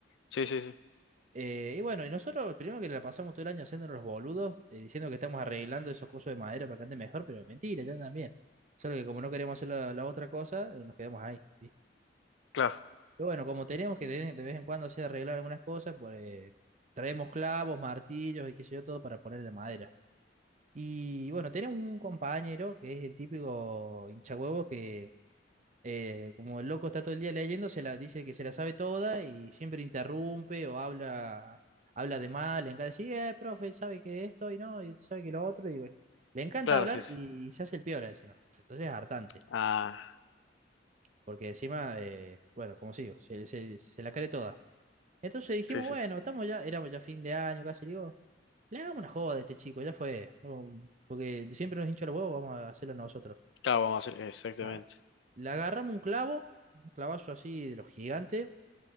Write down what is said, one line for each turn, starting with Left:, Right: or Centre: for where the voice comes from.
Left: Sí, sí, sí.
Right: Eh, y bueno, y nosotros primero que la pasamos todo el año haciéndonos los boludos, eh, diciendo que estamos arreglando esos cosas de madera para que ande mejor, pero mentira, ya también Solo que como no queríamos hacer la, la otra cosa, eh, nos quedamos ahí. ¿sí?
Left: Claro,
Right: Y bueno, como tenemos que de, de vez en cuando hacer arreglar algunas cosas, pues eh, traemos clavos, martillos y qué sé yo, todo para ponerle madera. Y bueno, tenemos un compañero que es el típico hinchahuevo que eh, como el loco está todo el día leyendo, se la dice que se la sabe toda y siempre interrumpe o habla, habla de mal, le encanta decir, eh, profe, sabe que esto y no, y sabe que lo otro, y bueno, le encanta
Left: claro,
Right: hablar
Left: sí, sí.
Right: y se hace el peor encima. Entonces es hartante,
Left: Ah,
Right: porque encima, eh, bueno, como sigo, se, se- se la cree toda. Entonces dijimos,
Left: sí, sí.
Right: bueno, estamos ya, éramos ya fin de año casi, digo, le hagamos una joda a este chico, ya fue, no, porque siempre nos hincha los huevos, vamos a hacerlo nosotros.
Left: Claro, vamos a hacer exactamente.
Right: Ah, le agarramos un clavo, un clavazo así de los gigantes,